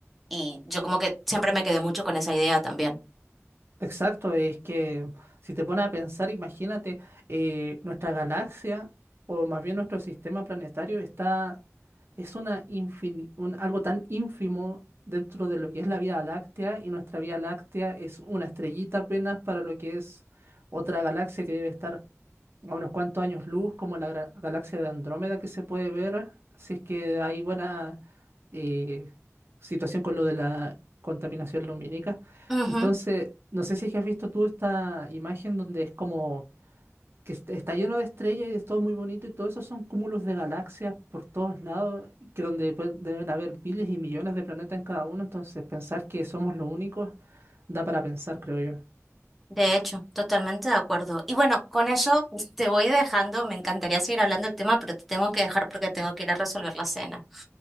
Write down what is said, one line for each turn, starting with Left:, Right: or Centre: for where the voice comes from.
Centre: Y yo como que siempre me quedé mucho con esa idea también.
Right: Exacto, es que si te pones a pensar, imagínate, eh, nuestra galaxia, o más bien nuestro sistema planetario, está, es una infini- un- algo tan ínfimo dentro de lo que es la Vía Láctea, y nuestra Vía Láctea es una estrellita apenas para lo que es otra galaxia que debe estar a unos cuantos años luz, como la gra- galaxia de Andrómeda que se puede ver, si es que hay buena eh, situación con lo de la contaminación lumínica.
Centre: Ujú,
Right: Entonces, no sé si has visto tú esta imagen donde es como que est- está lleno de estrellas y es todo muy bonito y todo eso son cúmulos de galaxias por todos lados, que donde pues, deben haber miles y millones de planetas en cada uno, entonces pensar que somos los únicos da para pensar, creo yo.
Centre: De hecho, totalmente de acuerdo. Y bueno, con eso te voy dejando. Me encantaría seguir hablando del tema, pero te tengo que dejar porque tengo que ir a resolver la cena.